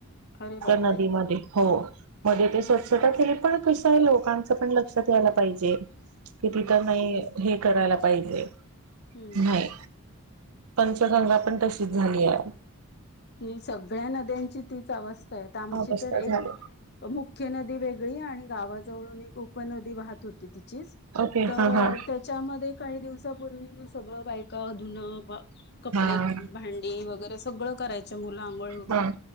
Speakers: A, on the left (about 45°); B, on the right (about 75°).
A: अरे बापरे
B: नदीमध्ये हो मध्ये ते स्वच्छता केली पण कस आहे लोकांच पण लक्षात यायला पाहिजे कि
A: हम्म
B: तिथं नाही हे करायला पाहिजे
A: हम्म
B: नाही पंचगंगा पण तशीच झाली आहे
A: नाही सगळ्या नद्यांची तीच अवस्था आहे आमची
B: अवस्था
A: तर एक
B: झाली
A: मुख्य नदी वेगळी आणि गावाजवळून एक उपनदी वाहत होती तिचीच
B: ओके
A: तर
B: हा हा
A: त्याच्यामध्ये काही दिवसापूर्वी सगळं बायका धुून भ कपडे
B: हा
A: भांडी वगैरे सगळं करायच मुलं आंघोळ वगैरे
B: हा